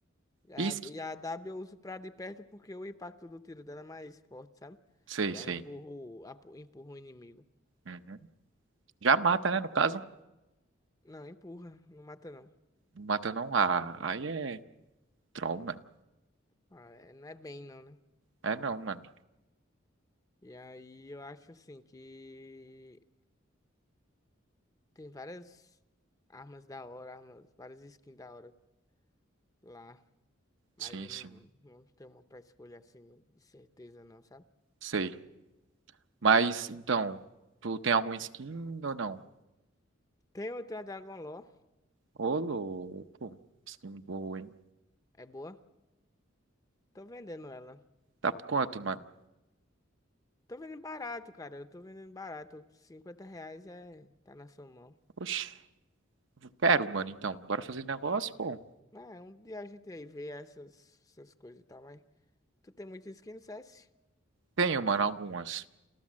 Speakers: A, on the left; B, on the right.
A: E a,
B: Isque?
A: e a W eu uso pra de perto porque o impacto do tiro dela é mais forte, sabe?
B: Sei,
A: E
B: sei.
A: aí empurro, apo- empurro o inimigo.
B: Uhum. Já mata, né? No caso.
A: Não, empurra, não mata não.
B: Não Mata não. Ah, aí é troll, mano.
A: Ah, é- não é bem não, né?
B: É não, mano.
A: E aí eu acho assim que tem várias armas da hora, armas, várias skins da hora lá, mas
B: Sim,
A: eu não,
B: sim.
A: não tenho uma pra escolher assim de certeza não, sabe?
B: Sei. Mas, então, tu tem algum skin ou não?
A: Tem outra a Dragon Lore,
B: Ô, louco. Skin boa, hein?
A: é boa. Tô vendendo ela.
B: Tá por quanto, mano?
A: Tô vendendo barato, cara. Eu tô vendendo barato. cinquenta reais é, tá na sua mão.
B: Oxi. Eu Quero, mano, então. Bora fazer negócio, pô.
A: É, um dia a gente aí vê essas, essas coisas e tal, mas. Tu tem muita skin no C S
B: Tenho, mano, algumas.